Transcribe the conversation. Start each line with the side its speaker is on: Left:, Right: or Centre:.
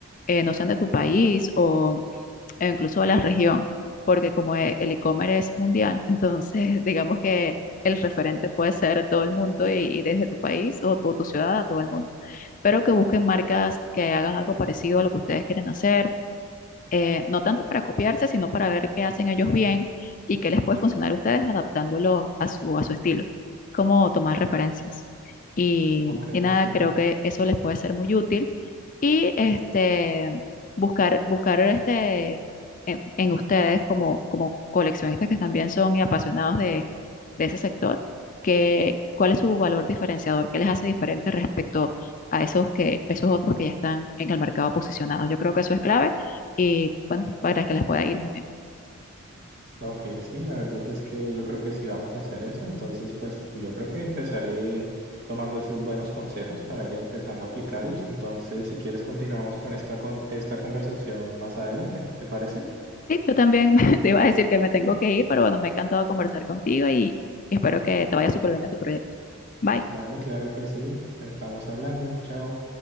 Left: eh, no sean de tu país o e incluso de la región, porque como e- el e-commerce es mundial, <laughs> entonces digamos que el referente puede ser todo el mundo y, y desde tu país o tu, tu ciudad a todo el mundo, pero que busquen marcas que hagan algo parecido a lo que ustedes quieren hacer eh, no tanto para copiarse, sino para ver qué hacen ellos bien y qué les puede funcionar a ustedes adaptándolo a su, a su estilo, como tomar referencias. Y,
Right: Ok,
Left: y nada,
Right: sí.
Left: creo que eso les puede ser muy útil. Y este, buscar, buscar este, en, en ustedes como, como coleccionistas que también son y apasionados de, de ese sector, que, cuál es su valor diferenciador, qué les hace diferente respecto a esos, que, esos otros que ya están en el mercado posicionados. Yo creo que eso es clave y bueno, para que les pueda ir muy bien.
Right: Ok, sí, la verdad es que yo creo que sí vamos a hacer eso, entonces pues yo creo que empezaré tomando esos buenos consejos para ir empezando a aplicarlos, entonces si quieres continuamos con esta, con esta conversación más adelante, ¿te parece?
Left: Sí, yo también <laughs> te iba a decir que me tengo que ir, pero bueno, me ha encantado conversar contigo y espero que te vaya súper bien en tu proyecto. Bye.
Right: Vale, claro que sí, estamos hablando, chao.